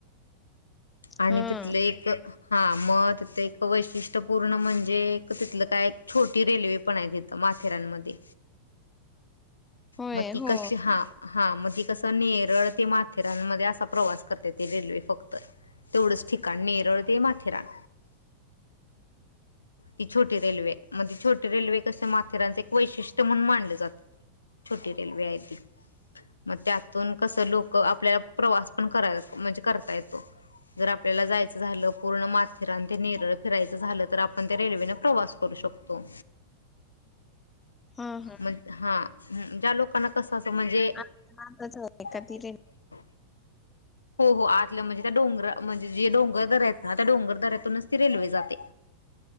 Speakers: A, on the left; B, on the left.
A: आणि
B: हा
A: तिथले एक हा मग तिथे एक वैशिष्ट्यपूर्ण म्हणजे तिथलं काय एक छोटी रेल्वे पण आहे तिथ. माथेरानमध्ये
B: होय
A: मग ती
B: हो
A: कशी हा हा मग ती कसं नेरळ ते माथेरानमध्ये असा प्रवास करते ती रेल्वे फक्त. तेवडंच ठीकान नेरळ ते माथेरान. ती छोटी रेल्वे म छोटी रेल्वे तस माथेरानचं एक वैशिष्ट्य म्हणून मानले जात छोटी रेल्वे आहे ती. मग त्यातून कसं लोक आपल्याला प्रवास पण कराय म्हणजे करता येतो. जर आपल्याला जायचं झालं. पूर्ण माथेरान ते निरळ फिरायचं झालं तर आपण त्या रेल्वेने प्रवास करू शकतो.
B: हा हा.
A: म हा ज्या लोकांना कस असं म्हणजे
B: आता आताच कधी
A: <inaudible> हो हो आतल्या म्हणजे त्या डोंगर म्हणजे जे डोंगर दऱ्यायेत ना त्या डोंगर दरातूनच ती रेल्वे जाते.